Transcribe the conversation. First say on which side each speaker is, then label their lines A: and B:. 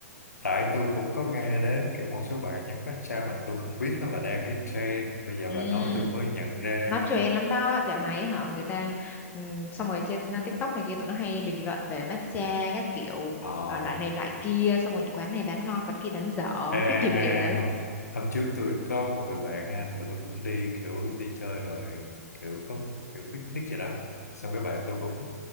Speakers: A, on the left (about 80°); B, on the left (about 20°).
A: tại tôi cũng có nghe đến kiểu một số bạn nhắc matcha mà tôi không biết nó là đang cái trend. Bây giờ
B: Ừ
A: bà nói tôi mới nhận ra.
B: nó trend lắm đó dạo này hả người ta ừm, xong rồi trên uh, TikTok này kia tụi nó hay bình luận về matcha các kiểu
A: Ồ.
B: ờ, loại này loại kia xong rồi quán này bán ngon quán kia bán dở
A: À, à,
B: cái kiểu kiểu đấy
A: à, hôm, hôm trước tôi có một người bạn ha, tụi tôi cũng đi kiểu đi chơi rồi kiểu có kiểu picnic vậy đó. Xong cái bạn tôi cũng